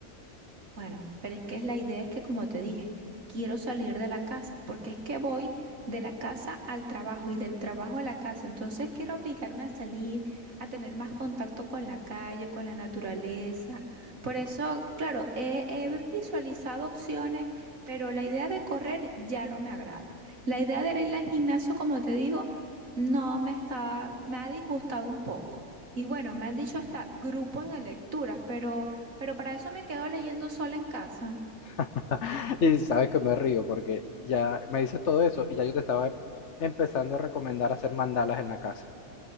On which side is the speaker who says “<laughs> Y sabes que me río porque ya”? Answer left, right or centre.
Left